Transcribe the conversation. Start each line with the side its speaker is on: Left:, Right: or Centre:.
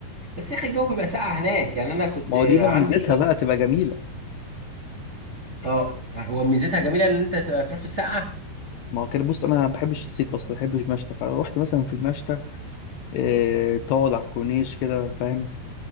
Right: بس يا اخي الجو بيبقى ساقع هناك يعني انا كنت
Left: ما هو دي بقى
Right: عندي
Left: ميزتها
Right: شويه
Left: بقى تبقى جميله
Right: اه وميزتها جميله ان انت تروح في الساقعه
Left: ما هو كده بص انا ما بحبش الصيف اصلا ما بحبش مشتى فروحت مثلا في المشتى آه، تقعد على الكورنيش كده فاهم